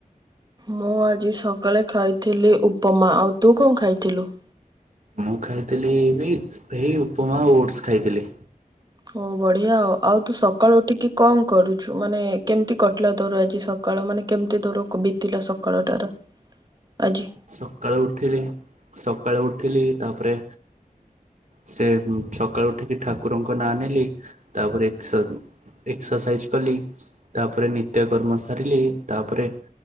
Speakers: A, on the right (about 30°); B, on the right (about 55°).
A: ମୁଁ ଆଜି ସକାଳେ ଖାଇଥିଲି ଉପମା। ଆଉ ତୁ କଣ ଖାଇଥିଲୁ?
B: ମୁଁ ଖାଇଥିଲି ବି ସେଇ ଉପମା ଓଟ୍ସ ଖାଇଥିଲି।
A: ହଉ ବଢିଆ ଆଉ। ଆଉ ତୁ ସକାଳୁ ଉଠିକି କଣ କରୁଛୁ? ମାନେ କେମିତି କଟିଲା ତୋର ଆଜି ସ ସକାଳ ମାନେ କେମିତି ତୋର ବିତିଲା ସକାଳଟାର ଆଜି?
B: ସକାଳୁ ଉଠିଲି, ସକାଳୁ ଉଠିଲି। ତାପରେ ସେ ସକାଳୁ ଉଠିକି ଠାକୁରଙ୍କ ନାଁ ନେଲି। ତାପରେ ସ ଏକ୍ସରସାଇଜ କଲି। ତାପରେ ନିତ୍ୟ କର୍ମ ସାରିଲି। ତାପରେ